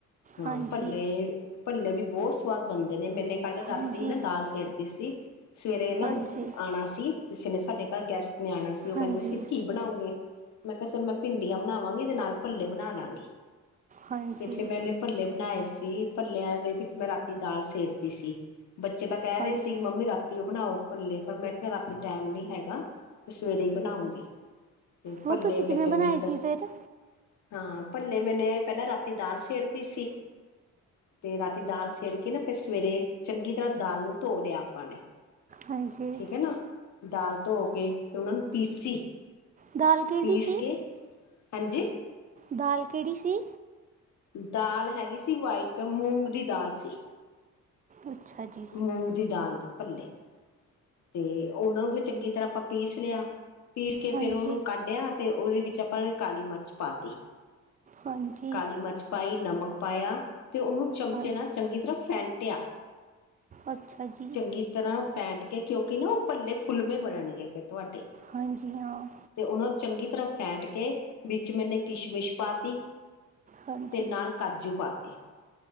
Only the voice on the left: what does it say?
ਹਾਂ
ਭੱਲੇ ਭੱਲੇ ਵੀ ਬਹੁਤ ਸਵਾਦ ਬਣਦੇ ਨੇ ਮੈਨੇ ਕੱਲ ਰਾਤੀ
ਨਾ ਦਾਲ ਸੇੜਤੀ ਸੀ ਸਵੇਰੇ ਨਾ
ਆਉਣਾ ਸੀ ਕਿਸੇ ਨੇ ਸਾਡੇ ਘਰ ਗੈਸਟ ਨਿਆਉਣਾ ਸੀ ਉਹ ਕਹਿੰਦੇ
ਸੀ ਕੀ ਬਣਾਉਂਗੇ ਮੈਂ ਕਿਹਾ ਚੱਲ ਮੈਂ ਭਿੰਡੀਆਂ ਬਣਾਵਾਂਗੀ ਤੇ ਨਾਲ ਭੱਲੇ ਬਣਾ ਲਾਂਗੀ
ਤੇ ਫਿਰ, ਮੈਂਨੇ ਭੱਲੇ ਬਣਾਏ ਸੀ, ਭੱਲਿਆਂ ਦੇ ਵਿੱਚ ਮੈਂ ਰਾਤੀ ਦਾਲ ਸੇੜਤੀ ਸੀ। ਬੱਚੇ ਤਾਂ ਕਹਿ ਰਹੇ
ਸ ਰਾਤੀ ਉਹ ਬਣਾਓ ਭੱਲੇ। ਪਰ ''ਮੈਂ ਕਿਹਾ ਰਾਤੀ ਟੈਮ ਨੀ ਹੈਗਾ ਤੇ, ਸਵੇਰੇ ਈ ਬਣਾਉਂਗੀ। ਤੇ ਭੱਲੇ
ਫੇਰ, ਚੰਗੀ
ਤ--ਹਾਂ।
''ਭੱਲੇ ਮੈਨੇ ਪਹਿਲਾਂ ਰਾਤੀ ਦਾਲ ਸੇੜਤੀ ਸੀ। ਤੇ ਰਾਤੀ ਦਾਲ ਸੇੜਕੇ ਨਾ, ਫਿਰ ਸਵੇਰੇ ਚੰਗੀ ਤਰ੍ਹਾਂ ਦਾਲ ਨੂੰ ਧੋ ਲਿਆ ਆਪਾਂ ਨੇ,
ਠੀਕ ਐ ਨਾ। ਦਾਲ ਧੋਕੇ, ਫਿਰ ਉਹਨਾਂ ਨੂੰ ਪੀਸੀ।
ਪੀਸਕੇ,
ਹਾਂਜੀ।
ਦਾਲ ਹੈਗੀ ਸੀ, ਵਾਈਟ ਮੂੰਗ ਦੀ ਦਾਲ ਸੀ।
'ਮੂੰਗ' ਦੀ ਦਾਲ ਦੇ ਭੱਲੇ। ਤੇ ਉਹਨਾਂ ਨੂੰ ਫਿਰ ਚੰਗੀ ਤਰ੍ਹਾਂ ਆਪਾਂ ਪੀਸ ਲਿਆ, ਪੀਸ ਕੇ
ਫੇਰ ਉਹਨੂੰ ਕੱਢਿਆ ਤੇ, ਉਹਦੇ ਵੀ ਆਪਾਂ ਕਾਲੀ ਮਿਰਚ ਪਾਤੀ।
ਕਾਲੀ ਮਰਚ ਪਾਈ, ਨਮਕ ਪਾਇਆ ਤੇ, ਉਹਨੂੰ ਚਮਚੇ
ਨਾਲ ਚੰਗੀ ਤਰ੍ਹਾਂ ਫੈਂਟਿਆ।
ਚੰਗੀ ਤਰ੍ਹਾਂ ਫੈਂਟਕੇ, ਕਿਉਂਕਿ ਨਾ ਉਹ ਭੱਲੇ ਫੁਲਮੇ ਬਣਨਗੇ ਫਿਰ। ਤੁਹਾਡੇ।
ਤੇ ਉਹਨਾਂ ਨੂੰ ਚੰਗੀ ਤਰ੍ਹਾਂ ਫੈੱਟਕੇ, ਵਿੱਚ ਮੈਨੇ ਕਿਸ਼ਮਿਸ਼ ਪਾਤੀ
ਤੇ ਨਾਲ ਕਾਜੂ ਪਾਤੇ